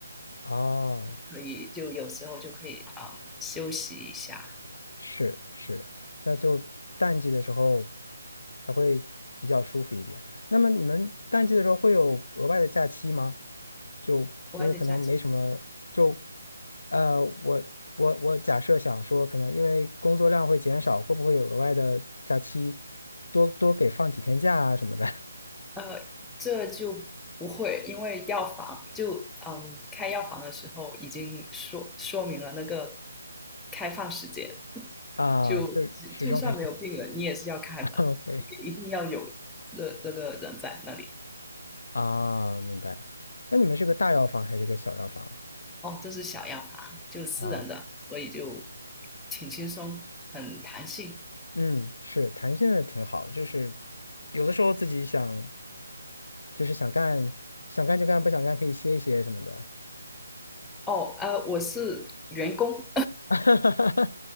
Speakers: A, on the left (about 70°); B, in the centre.
A: 啊，
B: 可以就有时候就可以嗯休息一下。
A: 是是，那就淡季的时候还会比较舒服一点。那么你们淡季的时候会有额外的假期吗？就因为可能没什么，
B: 额外的假期
A: 就呃，我我我假设想说，可能因为工作量会减少，会不会有额外的假期，多多给放几天假啊什么的
B: 呃，这就不会，因为药房就嗯开药房的时候已经说说明了那个开放时间，
A: <laughs> 啊？
B: 就就算没有病人，
A: 就是始终还是
B: 你也是要开门，
A: <laughs> OK
B: 一定要有这这个人在那里。
A: 啊，明白。那你们是个大药房还是个小药房
B: 哦，这是小药房，就私人的，
A: 啊？
B: 所以就挺轻松，很弹性。
A: 嗯，是弹性也挺好，就是有的时候自己想，就是想干，想干就干，不想干可以歇一歇什么的。
B: 哦，呃，我是员工，
A: <laughs>